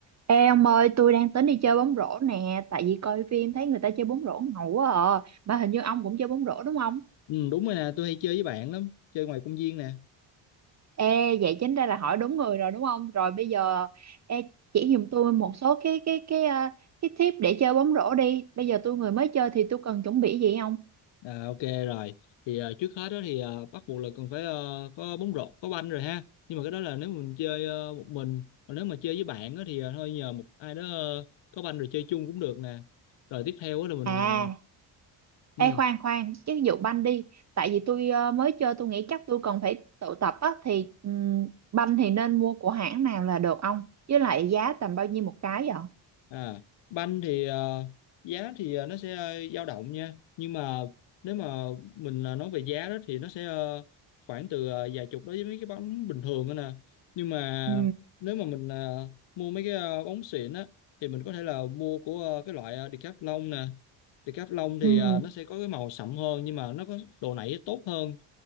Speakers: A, on the right; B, on the left.
A: Ê ông ơi, tôi đang tính đi chơi bóng rổ nè, tại vì coi phim thấy người ta chơi bóng rổ ngầu quá à. Mà hình như ông cũng chơi bóng rổ đúng không?
B: Ừ, đúng rồi nè, tôi hay chơi với bạn lắm, chơi ngoài công viên nè.
A: Ê, vậy chính ra là hỏi đúng người rồi đúng không? Rồi bây giờ ê, chỉ giùm tôi một số cái cái cái ờ, cái tip để chơi bóng rổ đi. Bây giờ tôi người mới chơi thì tôi cần chuẩn bị gì không?
B: À, ok rồi, thì à, trước hết đó thì à, bắt buộc là cần phải ờ, có bóng rổ, có banh rồi ha. Nhưng mà cái đó là nếu mình chơi ờ, một mình, còn nếu mà chơi với bạn đó thì à, thôi nhờ một ai đó ờ, có banh rồi chơi chung cũng được nè. Rồi tiếp theo đó là mình
A: À,
B: ờ, ừ,
A: ê khoan khoan, chứ ví dụ banh đi, tại vì tôi ờ, mới chơi tôi nghĩ chắc tôi cần phải tự tập á thì ừm, banh thì nên mua của hãng nào là được ông? Với lại giá tầm bao nhiêu một cái vậy?
B: À, banh thì ờ, giá thì ờ, nó sẽ ờ, dao động nha. Nhưng mà nếu mà mình ờ, nói về giá đó thì nó sẽ ờ, khoảng từ ờ, vài chục đối với mấy cái bóng bình thường đó nè. Nhưng mà
A: Ừ.
B: nếu mà mình ờ, mua mấy cái ờ, bóng xịn á thì mình có thể là mua của ờ, cái loại ờ, Decathlon nè. Decathlon
A: Ừ.
B: thì ờ, nó sẽ có cái màu sậm hơn nhưng mà nó có độ nảy tốt hơn